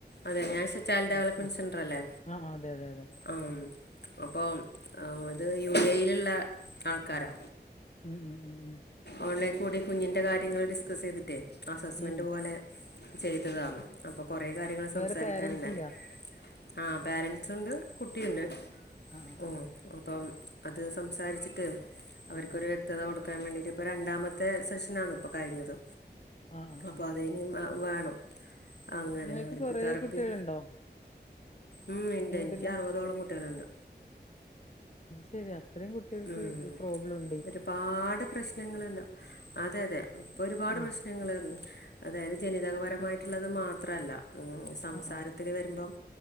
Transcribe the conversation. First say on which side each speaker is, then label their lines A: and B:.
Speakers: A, on the left; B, on the left.
A: അതെ ഞാൻ ചൈൽഡ് ഡെവലപ്മെന്റ്
B: ഉം ഉം
A: സെന്റർ അല്ലേ.
B: ആഹ് ആഹ് അതെ അതെ അതെ
A: ആഹ് അപ്പോൾ ആഹ് അത് യു എ യിലുള്ള ആൾക്കാരാ.
B: മ് മ് മ്ഹ്-
A: ഓൺലൈൻ കൂടി കുഞ്ഞിൻ്റെ കാര്യങ്ങൾ ഡിസ്കസ് ചെയ്തിട്ടേ അസസ്മെൻറ്
B: ഉം ഉം
A: പോലെ ചെയ്തതാണ് അപ്പൊ കൊറേ കാര്യങ്ങൾ സംസാരിക്കാനുണ്ടായിരുന്നു.
B: വേറെ പേരൻസിന്റെയാ
A: ആ പേരൻസ് ഉണ്ട് - കുട്ടിയുണ്ട്.
B: ആഹ് ആഹ്
A: ഓ
B: ആഹ് ആഹ്
A: അപ്പം അത് സംസാരിച്ചിട്ട് അവർക്കൊരു
B: ആഹ്
A: വ്യക്തത കൊടുക്കാൻ വേണ്ടിയിട്ട് ഇപ്പോൾ രണ്ടാമത്തെ സെഷനാണ് ഇപ്പോൾ കഴിഞ്ഞത്.
B: ആഹ് ആഹ്
A: അപ്പൊ
B: ആഹ്
A: അതിനിയും വേണം. അങ്ങനെ
B: നിങ്ങൾക്ക്
A: അവർക്ക്
B: കൊറെ
A: തെറപ്പി
B: കുട്ടികളുണ്ടോ?
A: ഉം. ഇണ്ട്
B: ബുദ്ധിമുട്ടില്ലേ
A: എനിക്ക് അറുപതോളം കുട്ടികളുണ്ട്.
B: ശരി അത്രയും കുട്ടികൾക്ക്
A: ഉം
B: ഈ പ്രോബ്ലം ഉ
A: ഒരുപാട് പ്രശ്നങ്ങള്ണ്ട്. അതെ അതെ ഇപ്പൊ ഒരുപാട്
B: ഉം ഉം
A: പ്രശ്നങ്ങൾ. അതായത് ജനിതക പരമായിട്ടുള്ളത് മാത്രമല്ല സംസാരത്തിൽ
B: ആഹ് ആഹ്
A: വരുമ്പം